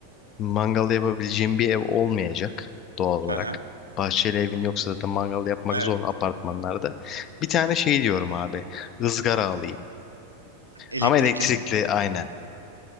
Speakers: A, on the left; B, on the right.
A: mangal yapabileceğim bir ev olmayacak doğal olarak.
B: Aha,
A: Bahçeli evin yoksa zaten mangal yapmak
B: evet.
A: zor apartmanlarda. Bir tane şey diyorum abi. ızgara alayım.
B: Elektrikli
A: Ama elektrikli
B: mi?
A: aynen.